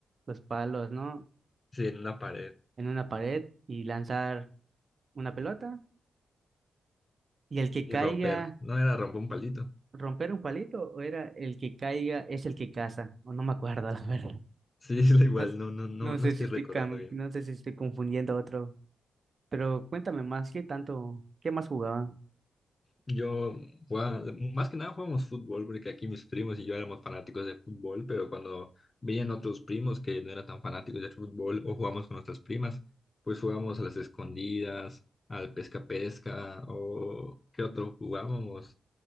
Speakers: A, on the right (about 50°); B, on the left (about 35°).
A: los palos, ¿no?
B: Sí, en una pared
A: En una pared y lanzar una pelota. Y el que
B: y
A: caiga,
B: romper. No era romper un palito.
A: romper un palito, o era el que caiga es el que caza. O no me acuerdo, <laughs> la verdad.
B: Sí, <laughs> es igual,
A: No, s-
B: no, no, no,
A: no
B: no
A: sé
B: estoy
A: si estoy,
B: recordando
A: cam-
B: bien.
A: no sé si estoy confundiendo otro. Pero cuéntame más, ¿qué tanto, qué más jugaban?
B: Yo, jugaba- más que nada jugábamos fútbol, porque aquí mis primos y yo éramos fanáticos de fútbol, pero cuando veían otros primos que no eran tan fanáticos de fútbol o jugábamos con nuestras primas, pues jugábamos a las escondidas, al pesca-pesca o qué otro jugábamos.